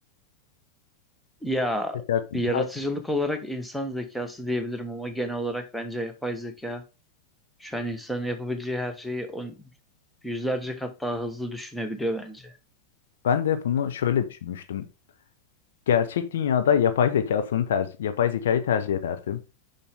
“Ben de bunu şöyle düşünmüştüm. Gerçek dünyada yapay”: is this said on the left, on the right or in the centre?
Left